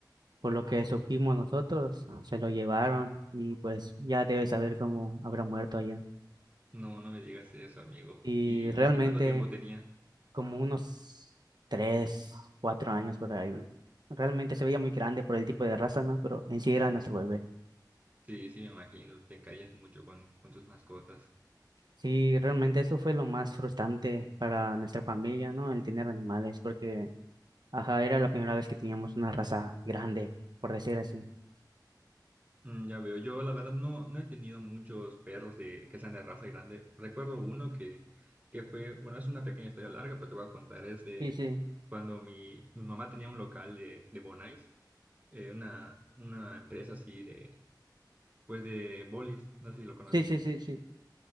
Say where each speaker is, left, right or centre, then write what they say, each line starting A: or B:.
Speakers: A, on the right; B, on the right.
A: Por lo que supimos nosotros, se lo llevaron y pues ya debe saber cómo habrá muerto allá.
B: No, no me digas eso, amigo.
A: Y
B: ¿Y,
A: realmente
B: y y cuánto tiempo tenía?
A: como unos tres, cuatro años por ahí. Realmente se veía muy grande por el tipo de raza, ¿no? Pero en sí era nuestro bebé.
B: Sí, sí, me imagino, te encariñas mucho con, con tus mascotas.
A: Sí, realmente eso fue lo más frustrante para nuestra familia, ¿no? El tener animales, porque, ajá, era la primera vez que teníamos una raza grande, por decir así.
B: Mm, ya veo, yo la verdad no, no he tenido muchos perros de, que sean de raza grande. Recuerdo uno que, que fue, bueno, es una pequeña historia larga, pero te voy a contar, es de
A: Sí, sí,
B: cuando mi, mi mamá tenía un local de, de Bonais, eh, una, una empresa así de, pues de bolis, no sé si lo conoces.
A: sí, sí, sí, sí.